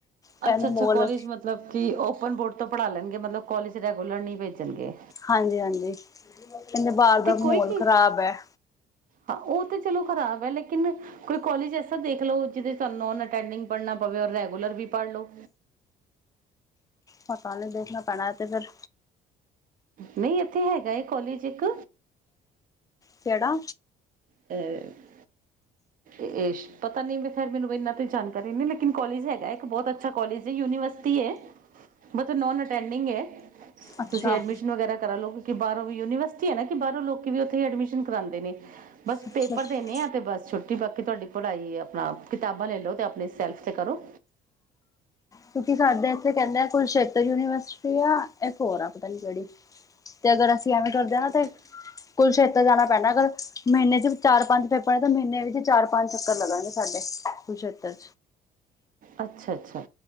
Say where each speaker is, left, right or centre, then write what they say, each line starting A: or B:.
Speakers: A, on the left; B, on the right.
A: ਕਹਿੰਦੇ
B: ਅੱਛਾ ਅੱਛਾ
A: ਮੋਲ
B: ਕਾਲਜ ਮਤਲਬ ਕਿ ਓਪਨ ਬੋਰ ਤੋਂ ਪੜ੍ਹਾ ਲੈਣਗੇ ਮਤਲਬ ਕਾਲਜ ਰੈਗੂਲਰ ਨਹੀਂ ਭੇਜਣਗੇ
A: ਹਾਂਜੀ ਹਾਂਜੀ ਕਹਿੰਦੇ ਬਾਹਰ ਦਾ
B: ਤੇ
A: ਮਾਹੋੌਲ
B: ਕੋਈ ਕੀ,
A: ਖ਼ਰਾਬ ਹੈ
B: ਹਾਂ ਉਹ ਤੇ ਚਲੋ ਖ਼ਰਾਬ ਹੈ ਲੇਕਿਨ ਕੋਈ ਕਾਲਜ ਐਸਾ ਦੇਖ ਲੋ ਜਿਹਦੇਨ ਅਟਡਿੰਗ ਪੜ੍ਹਨਾ ਪਵੇ ਔਰ ਰੈਗੂਲਰ ਵੀ ਪੜ੍ਹ ਲੋ
A: ਪਤਾ ਨਹੀਂ ਦੇਖਣਾ ਪੈਣਾ ਹੈ ਤਾਂ ਫਿਰ
B: ਨਹੀਂ ਇੱਥੇ ਹੈਗਾ ਕੋਲਜ ਇੱਕ
A: ਕਿਹੜਾ
B: ਅਤੇ ਅਤੇ ਪਤਾ ਨਹੀਂ ਵੀੈਂ ਫਿਰ ਮੈਨੂੰ ਕੋ ਇਨਾਂ ਤਾਂ ਜਾਣਕਾਰੀ ਨਹੀਂ ਲੇਕਿਨ ਕੋਲਜ ਹੈਗਾ ਇੱਕ ਬਹੁਤ ਅੱਛਾ ਕੋਲਜ ਹੈ ਯੂਨੀਵਰਸਿਟੀ ਯੁਨੀਵਰਸਿਟੀ ਹੈ ਅਟਡਿੰਗ
A: ਅੱਛਾ
B: ਤੁਸੀਂ ਐਡਮਿਸ਼ਨ ਵਗੈਰਾ ਕਰਾ ਲੋ ਕਿ ਬਾਹਰੋਂ ਵੀ ਯੂਨੀਵਰਸਿਟੀ ਐ ਨਾ ਕਿ ਬਾਹਰੋਂ ਲੋਕ ਵੀ ਉੱਥੇ ਐਡਮਿਸ਼ਨ ਕਰਾਂਦੇ ਨੇ। ਬਸ
A: ਅੱਛਾ
B: ਪੇਪਰ
A: ਅੱਛਾ
B: ਦੇਨੇ ਆ ਤੇ ਬਸ ਛੁਟ ਤੇ ਬਾਕੀ ਤੁਹਾਡੀ ਪੜ੍ਹਾਈ ਆਪਨਾ ਕਿਤਾਬਾਂ ਲੈ ਲਓ ਤੇ ਆਪਨੀ ਸੈਲਫ ਤੇ ਕਰੋ।
A: ਕਿਉਂਕਿ ਸਾਡੇ ਇੱਥੇ ਕਹਿੰਦੇ ਆ ਕੁਸ਼ੇਤਰ ਯੂਨੀਵਰਸਿਟੀ ਆ ਇੱਕ ਹੋਰ ਆ ਪਤਾ ਨ ਕਿਹੜੀ ਤੇ ਅਗਰ ਅਸੀਂ ਐਵੇਂ ਕਰਦੇ ਹਾਂ ਨਾ ਤੇ
B: ਹਾਂ
A: ਕੁੱਲ ਛੇਤਰ ਜਾਣਾ ਪੈਣਾ ਅਗਰ ਮਹੀਨੇ ਚ ਚਾਰ ਪੰਜ ਪੇਪਰ ਨੇ ਤਾਂ ਮਹੀਨੇ ਵਿੱਚ ਚਾਰ ਪੰਜ ਚੱਕਰ ਲਗਣਗੇ ਸਾਡੇ ਕੁਰਸ਼ੇਤਰ
B: ਅੱਛਾ ਅੱਛਾ